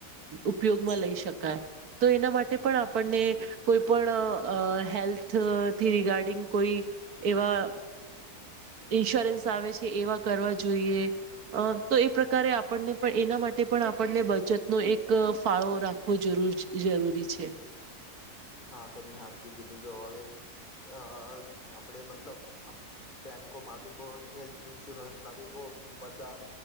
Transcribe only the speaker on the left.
હા તમને હાચું કીધું જો હવે અ આપડે મતલબ બેંકોમાં બી બો હેલ્થ ઇન્સ્યોરન્સ ના બી બો બધા